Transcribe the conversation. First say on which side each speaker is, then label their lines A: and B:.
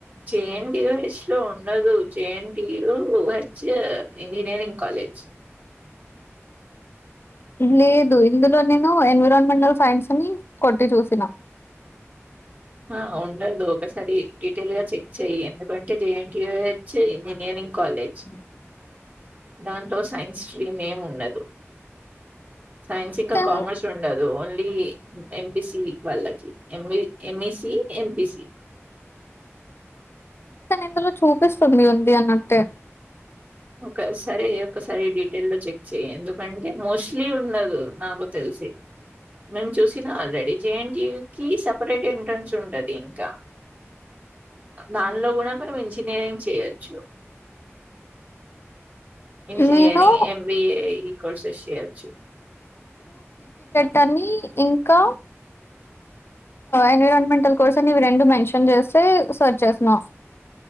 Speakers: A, on the right; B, on the left.
A: జేఎన్‌టీయూహెచ్‌లో ఉండదు. జేఎన్‌టీయూహెచ్ ఇంజినీరింగ్ <inaudible>
B: లేదు ఇందులో నేను ఎన్విరాన్మెంటల్ సైన్స్ అని కొట్టి చూసినా
A: ఆహ ఒకసారి డీటెయిల్ గా చెక్ చెయ్యి ఎందుకంటే జేఎన్టీయూహెచ్ ఇంజనీరింగ్ కాలేజ్
B: <inaudible>
A: దాంట్లో సైన్స్ స్ట్రీమ్ ఏం ఉండదు సైన్స్ ఇంకా
B: కానీ
A: కామర్స్ ఉండదు ఓన్లీ ఎంపీసీ వాళ్ళకి ఎం సి ఎంపీసీ
B: ఇందులో చూపిస్తుంది ఉంది అన్నట్టే
A: ఒక సరే ఒకసారి చెక్ చెయ్ ఎందుకంటే మోస్ట్లీ ఉండదు నాకు తెలిసి నేను చూసిన ఆల్రెడీ జేఎన్టీయూ కి సపరేట్ ఎంట్రన్స్ ఉంటది ఇంకా దానిలో కూడా మనం ఇంజనీరింగ్ చేయొచ్చు ఇంజనీరింగ్
B: నేను
A: ఎంబిఏ ఈ కోర్సెస్ చేయచ్చు
B: తనీ ఇంకా ఎన్విరాన్మెంటల్ కోర్స్ అని ఇవి రెండు మెన్షన్ చేస్తే సర్చ్ చేసిన <inaudible>